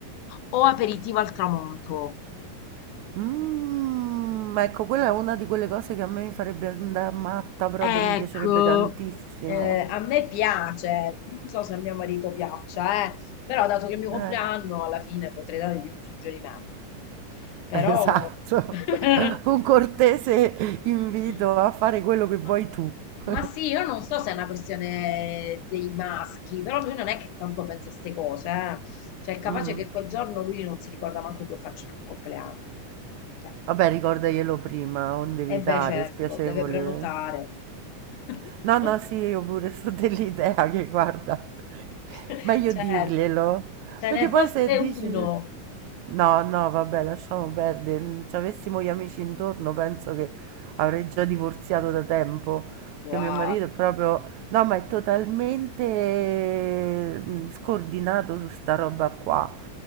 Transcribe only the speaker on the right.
Mm, ma ecco, quella è una di quelle cose che a me mi farebbe andare matta proprio,
mi piacerebbe tantissimo.
Eh,
esatto.
<laughs> Un cortese invito
a fare quello che vuoi
tu. <laughs>
Mm.
Vabbè, ricordaglielo prima, onde evitare,
spiacevole.
No, no, sì, io pure sto dell'idea che guarda, <laughs>
meglio
dirglielo,
perché
poi
se dici
no, no, vabbè, lasciamo perdere, se avessimo gli amici intorno penso che avrei già divorziato da tempo, perché
mio marito è proprio, no, ma è totalmente mm, scordinato su sta roba qua,